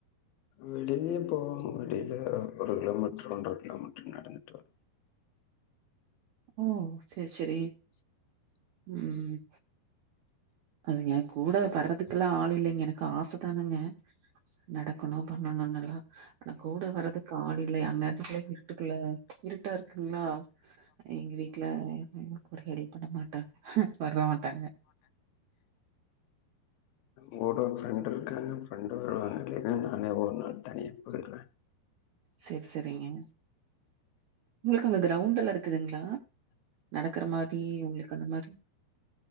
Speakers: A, on the left; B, on the right.
A: வெளிலயு போவங் வெடில ஒரு கிலோமீட்டரு ஒன்ற கிலோமீட்டரு நடந்துட்டு வ
B: ஓ செரி செரி ம் அது ஏ கூட வர்றதுக்கெல்லா ஆள் இல்லேங்க எனக்கு ஆச தானுங்க நடக்கணு பண்ணணுனல்லா ஆனா கூட வர்றதுக்கு ஆளு இல்லையாங்க அந்நேரத்துக்கு இருட்டுக்குல்ல இருட்டா இருக்குங்களா எங்க வீட்டுல கூட ஹெல்ப் பண்ண மாட்டாங்க வர மாட்டாங்க
A: கூட ஃப்ரெண்ட்டு இருக்காங்க ஃப்ரெண்டு வருவாங்க இல்லேன்னா நானே ஒரு நாள் தனியா போயிர்றே
B: செரி செரிங்க உங்களுக்கு அங்க க்ரௌண்டெல்லா இருக்குதுங்ளா நடக்குற மாரி உங்களுக்கு அந்த மாரி